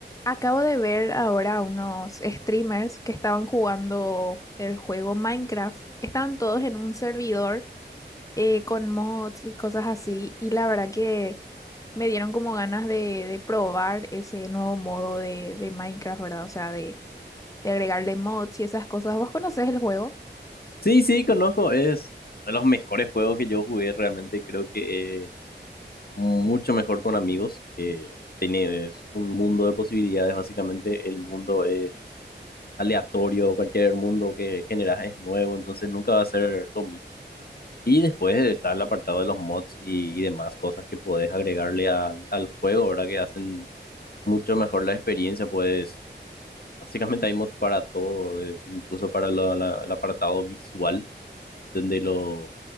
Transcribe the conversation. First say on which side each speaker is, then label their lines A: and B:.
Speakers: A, on the left; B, on the left.
A: Acabo de ver ahora unos streamers que estaban jugando el juego Minecraft. Estaban todos en un servidor eh, con mods y cosas así. Y la verdad que me dieron como ganas de, de probar ese nuevo modo de, de Minecraft, ¿verdad? O sea, de, de agregarle mods y esas cosas. ¿Vos conocés el juego?
B: Sí, sí, conozco. Es uno de los mejores juegos que yo jugué. Realmente creo que es mucho mejor con amigos. Eh, tienes un mundo de posibilidades. Básicamente, el mundo es aleatorio. Cualquier mundo que generas es nuevo. Entonces, nunca va a ser lo mismo. Y después está el apartado de los mods y, y demás cosas que puedes agregarle a- al juego, ¿verdad? Que hacen mucho mejor la experiencia. Pues, básicamente, hay mods para todo, eh, incluso para la- la- el apartado visual, donde los